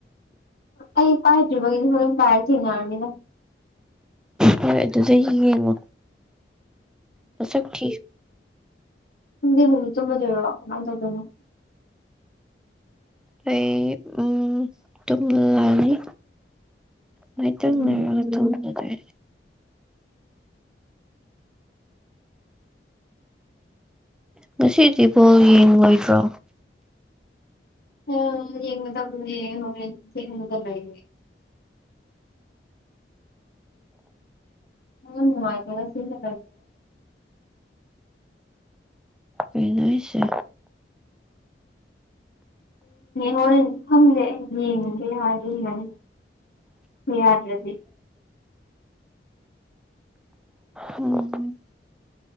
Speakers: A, on the left; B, in the centre.
A: ꯑꯩ ꯄꯥꯏꯗꯔꯤ ꯕꯩꯅꯤ ꯍꫭꯔꯟ ꯄꯥꯏꯔ ꯊꯦꯡꯅꯔꯅꯤꯗꯥ
B: ꯍꯣꯏ ꯑꯗꯨꯁꯨ ꯌꯦꯡꯉꯣ ꯃꯁꯛꯊꯤ
A: ꯈꯪꯗꯤ ꯍꯪꯖꯤꯛ ꯆꯨꯝꯃꯗꯣꯏꯔꯣ ꯀꯃꯥꯏꯅ ꯇꯧꯗꯣꯏꯅꯣ
B: ꯑꯩ ꯎꯝ ꯇꯨꯝꯂꯅꯤ ꯃꯥꯏꯇꯪꯅꯔꯒ
A: ꯎꯝ
B: ꯇꯧꯅꯖꯦ ꯉꯁꯤꯗꯤ ꯕꯣꯜ ꯌꯦꯡꯉꯣꯏꯗ꯭ꯔꯣ
A: ꯍꫭꯔꫭꯟ ꯑꯊꯤꯡꯕꯗꯥ ꯂꯩ ꯎꯅꯨꯡ ꯃꯥꯥꯏ ꯀꯁꯤꯔ
B: ꯄꯤꯅꯁ
A: ꯍꯣꯔꯦꯟ ꯈꯪꯗꯦ ꯌꯦꯡꯉꯁꯦ ꯍꯥꯏꯔꯦ ꯍꯥꯏ ꯌꯥꯗ꯭ꯔꯗꯤ
B: ꯎꯝ